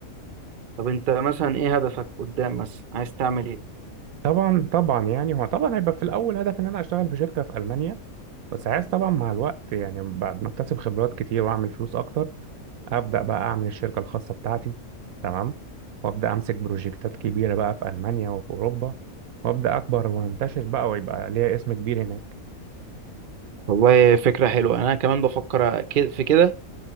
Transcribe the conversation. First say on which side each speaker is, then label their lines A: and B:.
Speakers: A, on the right; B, on the right.
A: طب انت مثلا ايه هدفك قدام مثلا عايز تعمل ايه
B: طبعا طبعا يعني هو طبعا هيبقى في الاول هدف ان انا اشتغل في شركه في المانيا بس عايز طبعا مع الوقت يعني بعد ما اكتسب خبرات كتير واعمل فلوس اكتر ابدا بقى اعمل الشركه الخاصه بتاعتي تمام وابدا امسك بروجكتات كبيره بقى في المانيا وفي اوروبا وابدا اكبر وانتشر بقى ويبقى ليا اسم كبير هناك
A: والله فكرة حلوة أنا كمان بفكر ك- في كده